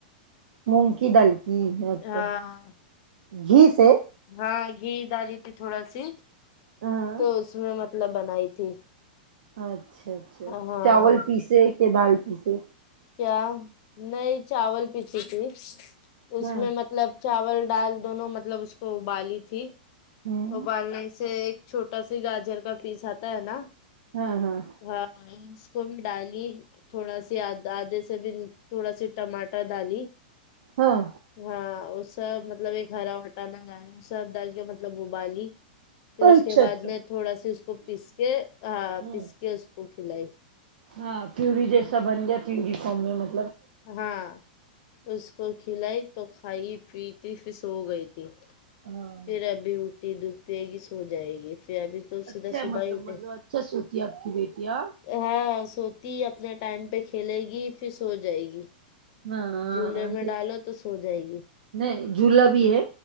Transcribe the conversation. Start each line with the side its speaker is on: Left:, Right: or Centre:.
Right: مونگ کی دال کی اچھا
Left: ہاں
Right: گھی سے
Left: ہاں گھی ڈالی تھی تھوڑا سی
Right: ہاں
Left: تو اس میں مطلب بنائی تھی
Right: اچھا اچھا
Left: ہاں
Right: چاول پیسے کہ دال پیسے
Left: کیا نہیں چاول پیسیی تھی اس
Right: ہاں
Left: میں مط لب چاول ڈال دونوں مطلب اس کو ابالی تھی
Right: ہمم
Left: ابالنے سے ایک چھوٹا سا گاجر کا پیس آتا ہے نا
Right: ہاں ہاں
Left: ہاں اس کو بھی ڈالی تھوڑا سی آد آدھے سے بھی تھوڑا سی ٹماٹر دالی
Right: ہاں
Left: ہاں وہ سب مطلب ایک ہرا بٹانا ڈالی سب ڈال کے مطلب ابالی پھر اس
Right: اچھا
Left: کے بعد
Right: اچھا
Left: میں تھوڑا سی اس کو پیس کے ہاں
Right: ہوں
Left: پیس کے اس کو کھلائی
Right: ہاں پیوری جیسا بن گیا پیوری فم میں م
Left: ہاں اس کو کھلائی تو کھائی پیتی سو گئی تھی
Right: ہاں
Left: پھر ابھی اٹٹیتی دودھ پیئے گی سو جائے گی پھر ابھی تو
Right: اچھا
Left: سیدھا صبح
Right: مطلب
Left: ہی اٹھے
Right: مطلب اچھا سوتی ہے آپ کی بیٹی ہاں
Left: ہاں سوتی اپنا ٹائم پہ کھیلے گی پھر سو جائے گی
Right: ہاں
Left: جھولے میں
Right: یہ
Left: ڈالو تو سو جائے گی
Right: نہیں جھولا بھی ہے